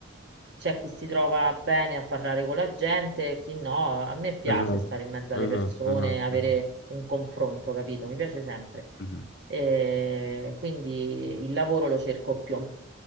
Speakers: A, on the right; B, on the left.
A: c'è chi si trova bene a parlare con la gente, e chi no. A me piace
B: Esatto,
A: stare in mezzo
B: esatto,
A: alle persone,
B: esatto.
A: avere
B: esatto.
A: un confronto, capito? Mi piace sempre.
B: Mhm.
A: E quindi il lavoro lo cerco più o